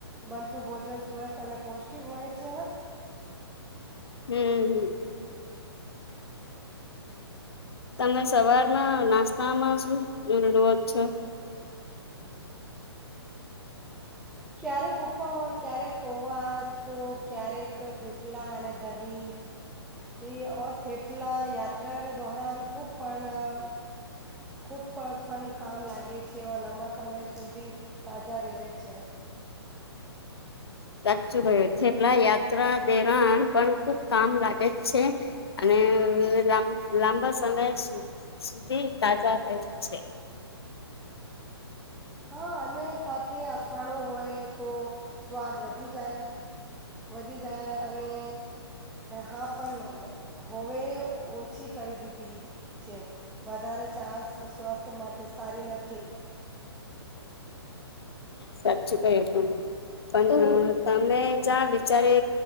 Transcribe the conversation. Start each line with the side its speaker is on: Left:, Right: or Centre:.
Centre: બનતું ભોજન સ્વસ્થ અને પૌષ્ટિક, હોય છે ને?
Left: હમ્મ હમ્મ તમે સવારમાં નાસ્તામાં શું લો છો?
Centre: ક્યારેક ઉપર, ક્યારેક પોવા, તો ક્યારેક થેપલા અને દહીં ઈ ઓર થેપલા યાત્રાના ધોહરાણ ખૂબ પણ, ખૂબ પણ કામ લાગે છે, ઓર લાંબા સમય સુધી તાજા રેવે છે.
Left: સાચું કયું થેપલા યાત્રા દેરાન પણ ખુબ કામ લાગે છે, અને લાંબ લાંબા સમય સુધ સુધી તાજા રયે છે.
Centre: હા, અને સાથે અથાણું હોય તો સ્વાદ વધી જાય વધી જાય અને હા પણ હોવે ઓછી કરી દીધી છે, વધારે છાસ સ્વાસ્થ્ય માટે સારી નથી.
Left: સાચુ કહું તમે, પણ તમે ચા બિચારે